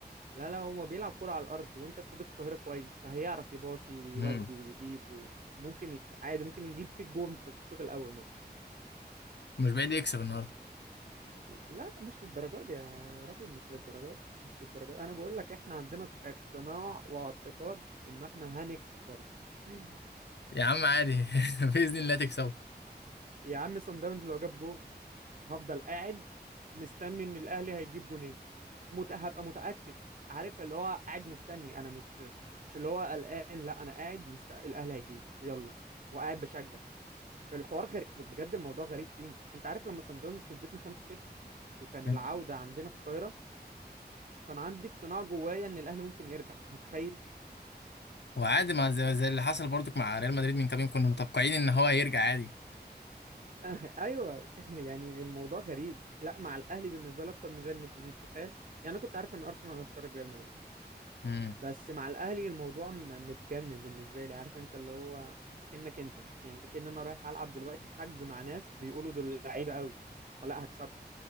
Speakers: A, on the right; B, on the left.
A: لا لا هو بيلعب كرة على الأرض وأنت استاد القاهرة كويس فهيعرف يباصي ويودي
B: امم
A: ويجيب وممكن يك... عادي ممكن يجيب فيك جون في في الشوط الأول مثلا
B: مش بعيد يكسب النهارده
A: لا مش للدرجة دي يا راجل مش للدرجة دي مش للدرجة دي. أنا بقول لك إحنا عندنا اقتناع واعتقاد إن إحنا هنكسب برضه <laughs>
B: يا عم عادي <laughs> باذن الله تكسبه
A: يا عم صن داونز لو جاب جون هفضل قاعد مستني ان الاهلي هيجيب جونين مت... هبقى متاكد عارف اللي هو قاعد مستني انا مش مش اللي هو قلقان لا انا قاعد مست... الاهلي هيجيب يلا وقاعد بشجع الحوار غريب بجد الموضوع غريب فينا انت عارف لما سان داونز كسبتنا 5-0 وكان
B: مم.
A: العودة عندنا في القاهرة كان عندي اقتناع جوايا ان الاهلي ممكن يرجع متخيل
B: وعادي ما زي, زي اللي حصل برضو مع ريال مدريد من كام يوم كنا متوقعين ان هو هيرجع عادي
A: <laughs> ايوه <laughs> يعني الموضوع غريب لا مع الاهلي بالنسبة لي اكتر من ريال مدريد تخيل يعني انا كنت عارف ان ارسنال هتخرج ريال مدريد
B: امم
A: بس مع الاهلي الموضوع م- متجنن بالنسبة لي عارف انت اللي هو اكنك انت يعني اكن انا رايح العب دلوقتي حجز مع ناس بيقولوا دول لعيبة قوي فلا هكسب